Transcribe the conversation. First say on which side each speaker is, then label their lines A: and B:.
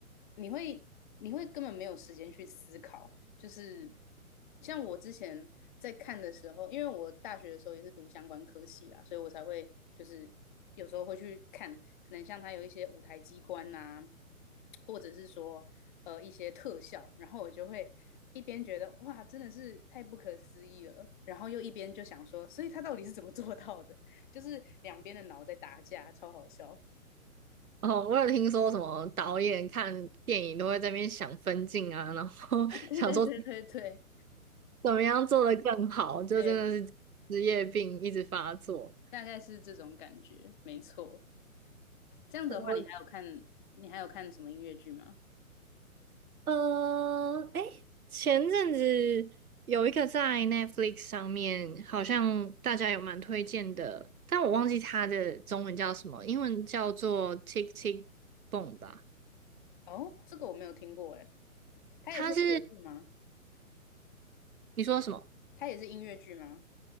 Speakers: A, on the left (about 35°); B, on the right (about 75°).
A: 你会你会根本没有时间去思考，就是像我之前在看的时候，因为我大学的时候也是读相关科系啦，所以我才会就是有时候会去看，可能像它有一些舞台机关呐、或者是说呃一些特效，然后我就会一边觉得哇真的是太不可思议了，然后又一边就想说，所以他到底是怎么做到的？就是两边的脑在打架，超好笑。
B: 哦，我有听说什么导演看电影都会在那边想分镜啊，然后
A: <laughs>
B: <laughs>
A: 对对对对对
B: 想说怎么样做的更好，就真的是职业病一直发作。
A: 对，大概是这种感觉，没错。这样子的话，
B: 呃我
A: 你还有看你还有看什么音乐剧吗？
B: 呃，哎，前阵子有一个在 Netflix 上面，好像大家有蛮推荐的，但我忘记它的中文叫什么，英文叫做《Tick Tick Boom》吧。
A: 哦，这个我没有听过哎，它也是音乐剧吗？
B: 它是你说什么？
A: 它也是音乐剧吗？